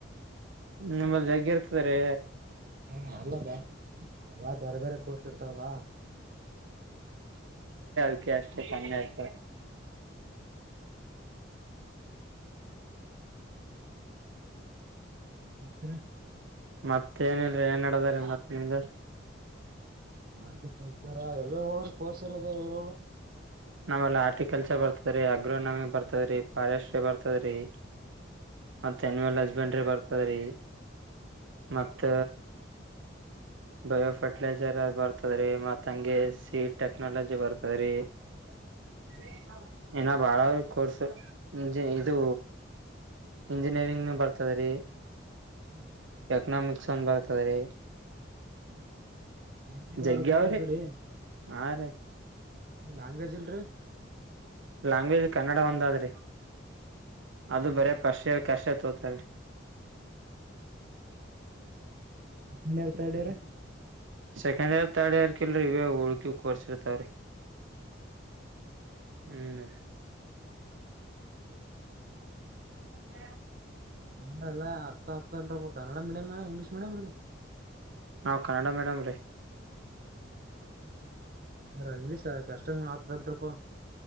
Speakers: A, on the right; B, on the right.
A: ನಿಮ್ಮ ಜ್ಯರ್ ಅರೆ
B: ಹಾ ಅಲ್ಲದೆ ಅಲ್ಲಾ ಬೇರೆ ಬೇರೆ ಕೋರ್ಸ್ ಇರ್ತಾವಲ್ಲ
A: ೆ ಅಷ್ಟೆ ಚನ್ನೆತಾರೆ
B: ಹತ್ತ
A: ಮತ್ತ ಏನಲ್ರಿ ಏನ್ಡದಾರ ಮತ್ತ ನಿಮ್ದ
B: ಹಾರ್ಟಿಕಲ್ಚರ ಯ್ಯಾವ ಅವ್ರ ಕೋರ್ಸರ್ ಇದ ಇರು
A: ಹ ನಮ್ಮಲ್ಲಿ ಆಾರರ್ಟಿಕಲ್ಚರ್ ಬರ್ತದೀ ಅಗ್ರೋನಮಿ ಬರ್ತದ್ರೀ ಫಾರೆಸ್ಟ್ರಿ ಬರ್ತದ್ರಿ ಮತ್ ಅನಿಮಲ್ ಹಸ್ಬೆಂಡ್ರಿ ಬರ್ತದ್ರಿ ಮತ್ತ ಬಯೋಫರ್ಟಿಲೈಜರ್ ಬರ್ತದ್ರೀ ಮತ್ ಹಂಗೆ ಸೀಡ್ ಟೆಕ್ನಾಲಜಿ ಬರ್ತ ಅ <inaudible> ಇನ ಬಾಳ್ರ ಕೋರ್ಸ್ ಇಂಜ ಇದು ಇಂಜಿನಿಯರಿಂಗ್ ಬರ್ತದ್ರೀ
B: ಹ್ಮ್
A: ಎಕ್ನಾಮಿಕ್ಸ್ ಅಂದ ಬರ್ತದೆ ರೀ
B: ಹ್ಮ ಜಂಟದವ್ರಪ್ಪ
A: ಜಗ್ಗಿ ಅವ್ರಿ
B: ನಿಮ್ಮ್ ಕಡೆ
A: ಹಾ ರೀ
B: ಇ ಲ್ಾಂಗ್ವೇಜ್ ಇಲ್ರರಿ
A: ಲ್ಯಾಂಗ್ವೇಜ್ ಕನ್ನಡ ಒಂದಾದ್ರಿ ಅದು ಬರ ಪ್ರಶನೆ ಶರ್ ಕಶ ತತಾರೆ
B: ನ್ ಇರ್ತಾ ಇಡ್ಯ್ರ
A: ಸೆಕಂಡ್ ಇಯರ್ ತರ್ಡ್ ಇಯರ್ ಇವ ಹುಳ್ಕಿ ಕೊಡ್ಸಿರ್ತಾವ್ರಿ ಹ್ಮ್ರಿ ಹ್ಮ
B: ನಲ್ಲ ಅರ್ಥ ಅರ್ಥಲ್ ಕನ್ನಡ ಮೀಡಿಯಂ್ ಇಂಗ್ಲೀಷ್ ಮೀಡಿಯಂ
A: ನಾ್ ಕನ್ನಡ ಮೇಡಮ್ ರೀ
B: ಹ್ಮ ಿಸ ಕಷ್ಟ ಆತದ್ರಪ್ಪ